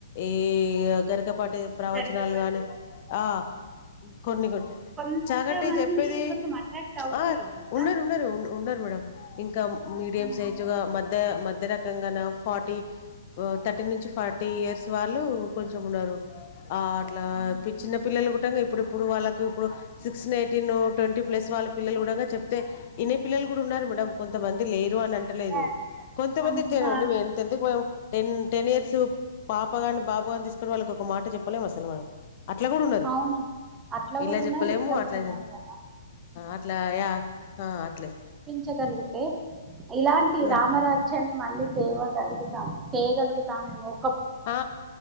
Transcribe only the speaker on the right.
జరగబట్టి
కొంతమంది
కొంచెం అట్రాక్ట్ అవుతుర్రు
కదా
ఉమ్,
అవును
ఆ
అదే అదే
అంట
ఆ,
అవును అట్లా
కూడా ఉన్నారు
ఇట్లా
కూడా ఉన్నారు కదా
చగలిగితే ఇలాంటి
రామరాజ్యాన్ని మ మళ్ళీ తేవాగలుగుతాం తేగలుగుతామేమో